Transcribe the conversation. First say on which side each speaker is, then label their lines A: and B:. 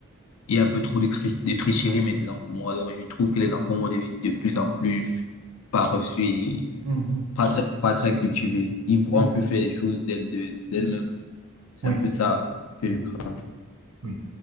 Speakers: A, on the left (about 75°); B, on the right (about 70°).
A: Il y a un peu trop de, cri- de tricherie maintenant pour moi. Donc, je trouve que les enfants vont devenir de plus en plus paresseux et
B: Mhm,
A: pas très, pas très cultivés. Ils ne pourront
B: mhm,
A: plus faire les choses d'elles- de- d'elles-mêmes. C'est
B: Oui,
A: un peu ça que
B: mhm,
A: je crains.
B: oui.